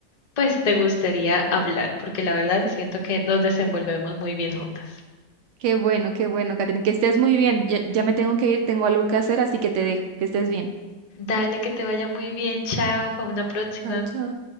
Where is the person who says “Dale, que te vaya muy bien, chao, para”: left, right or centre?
Left